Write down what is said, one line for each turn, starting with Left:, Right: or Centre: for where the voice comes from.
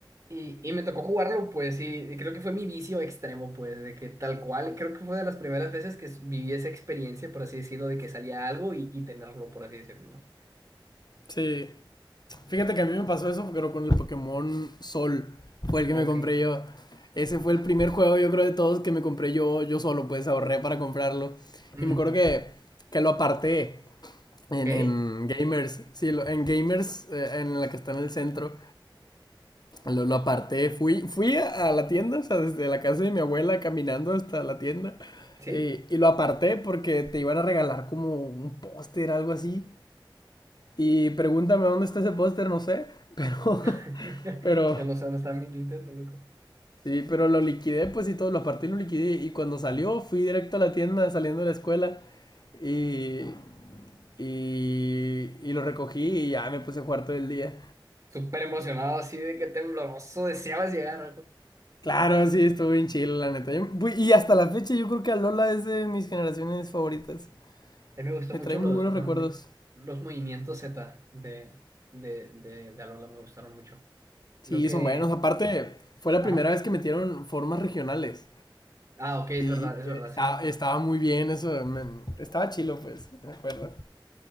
Right: y, y me tocó jugarlo, pues, y creo que fue mi vicio extremo, pues, de que tal cual, creo que fue de las primeras veces que viví esa experiencia, por así decirlo, de que salía algo y, y tenerlo, por así decirlo, ¿no?
Left: sí. Fíjate que a mí me pasó eso, pero con el Pokémon Sol. Fue el que
Right: Ok.
Left: me compré yo. Ese fue el primer juego, yo creo, de todos que me compré yo, yo solo, pues ahorré para comprarlo.
Right: Ujú.
Left: Y me acuerdo que, que lo aparté En,
Right: ¿Ok?
Left: en Gamers, sí, lo- en Gamers, eh, en la que está en el centro, lo, lo aparté. Fui, fui a, a la tienda, o sea, desde la casa de mi abuela caminando hasta la tienda.
Right: ¿Sí?
Left: eh, y lo aparté porque te iban a regalar como un póster, algo así. Y pregúntame dónde está ese póster, no sé. Pero,
Right: <laughs>
Left: <laughs> pero,
Right: Ya no sé dónde está mi Nintendo, loco.
Left: sí, pero lo liquidé, pues y todo, lo aparté y lo liquidé. Y cuando salió, fui directo a la tienda saliendo de la escuela. Y, y, y lo recogí y ya me puse a jugar todo el día.
Right: Súper emocionado, así de que tembloroso, deseabas llegar,
Left: Claro, sí, estuvo bien chido, la neta. Yo- bu- y hasta la fecha yo creo que Alola es de mis generaciones favoritas.
Right: A mí me gustó
Left: Me
Right: mucho
Left: trae
Right: los,
Left: muy buenos
Right: los,
Left: recuerdos.
Right: mi- los movimientos Z de, de, de, de Alola, me gustaron mucho.
Left: Sí,
Right: Lo que...
Left: son buenos. Aparte, fue la
Right: Ajá.
Left: primera vez que metieron formas regionales.
Right: Ah, ok, es
Left: Y
Right: verdad, es
Left: eh,
Right: verdad,
Left: estaba,
Right: sí.
Left: estaba muy bien eso. me- estaba chilo, pues, me acuerdo.